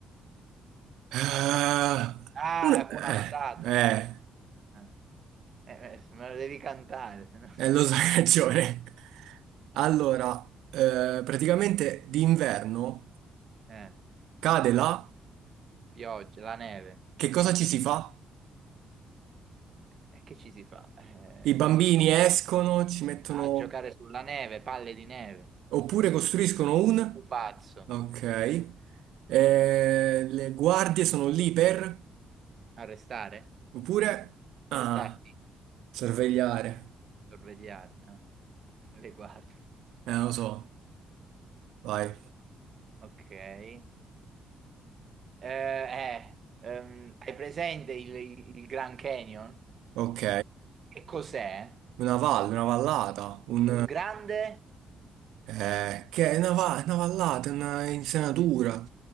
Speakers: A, on the right; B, on the right.
A: ah,
B: Ah,
A: un-
B: Hakuna
A: eh,
B: Matata.
A: eh,
B: Eh, eh, eh, me lo devi cantare, se no-
A: eh, lo so, hai ragione. Allora,
B: <laughs>
A: eh, praticamente d'inverno
B: Eh,
A: cade là.
B: pioggia, la neve.
A: Che cosa ci si fa?
B: E che ci si fa? Eh,
A: I bambini
B: non lo so.
A: escono, ci mettono
B: A giocare sulla neve, palle di neve.
A: oppure costruiscono un,
B: Pupazzo.
A: ok. Eh, le guardie sono lì per
B: Arrestare?
A: oppure ah,
B: Arrestarti?
A: sorvegliare.
B: No. Sorvegliare, eh. <laughs> Le guardie.
A: Eh, lo so. Vai.
B: Ok. Eh, eh, ehm, hai presente il, il- il Grand Canyon?
A: Ok.
B: Che cos'è?
A: Una valle, una vallata, un
B: Un grande?
A: eh, che è una, va- una vallata, una insenatura.
B: Eh,